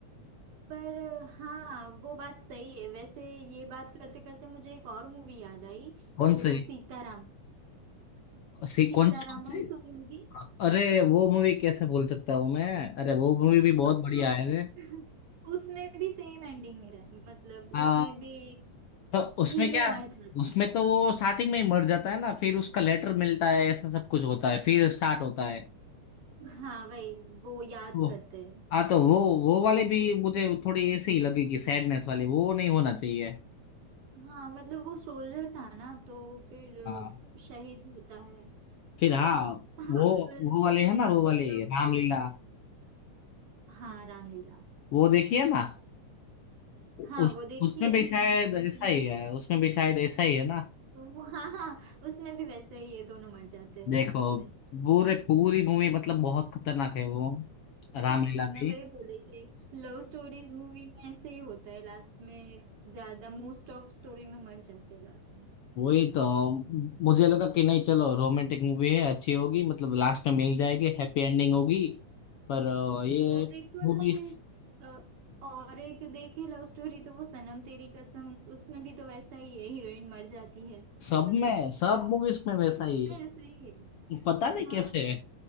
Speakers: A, on the right; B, on the left.
A: पर हाँ वो बात सही है वैसे ये बात करते करते मुझे एक और मूवी याद आई
B: कौन
A: वो
B: सी
A: सीताराम
B: सी
A: सीताराम
B: कौन सी कौन सी
A: में सुनी होगी
B: अरे वो मूवी कैसे भूल सकता हूँ मैं अरे वो मूवी भी बहुत
A: अब
B: बढ़िया
A: तो
B: है
A: <clears throat> <laughs> उसमें भी सेम एंडिंग है मतलब
B: रे
A: उसमें भी
B: तो उसमें
A: हीरो
B: क्या
A: मर
B: है
A: जाता
B: उसमें
A: है
B: तो वो स्टार्टिंग में ही मर जाता है ना फिर उसका लेटर मिलता है ऐसा सब कुछ होता है फिर स्टार्ट होता है
A: हाँ वही वो याद
B: वो
A: करते हैं
B: हाँ तो वो वो वाली भी मुझे थोड़ी ऐसे ही लगेगी सैडनेस वाली वो नहीं होना चाहिए
A: हाँ मतलब वो सोल्जर था ना तो फिर
B: हाँ
A: अ, शहीद होता है
B: फिर
A: तो
B: हाँ
A: हाँ
B: वो
A: पर
B: वो वाले है
A: ये
B: ना वो वाली
A: लव स्टोरी
B: रामलीला
A: हाँ रामलीला
B: वो देखिए ना
A: हाँ
B: उस
A: वो देखिए
B: उसमें भी
A: मैंने
B: शायद
A: मुझे
B: ऐसा ही है उसमें भी शायद ऐसा ही है ना
A: तो वो हाँ हाँ उसमें भी वैसे ही ये दोनों मर जाते हैं
B: देखो
A: लास्ट में
B: पूरे पूरी मूवी मतलब बहुत खतरनाक है वो
A: <laughs>
B: रामलीला
A: मैं
B: भी
A: वही बोल रही थी लव स्टोरीज मूवी में ऐसे ही होता है लास्ट में ज्यादा मोस्ट ऑफ स्टोरी में मर जाते हैं लास्ट में
B: वही तो मुझे लगा कि नहीं चलो रोमांटिक मूवी है अच्छी होगी मतलब लास्ट में मिल जाएगी हैप्पी एंडिंग होगी पर अ, ये
A: अ, देखो
B: मूवी
A: ना फिर अ, और एक देखे लव स्टोरी तो वो सनम तेरी कसम उसमें भी तो वैसा ही है हीरोइन मर जाती है
B: सब
A: <laughs>
B: में सब मूवीज में वैसा ही
A: तो मैं ऐसा ही है
B: है पता नहीं
A: हाँ
B: कैसे है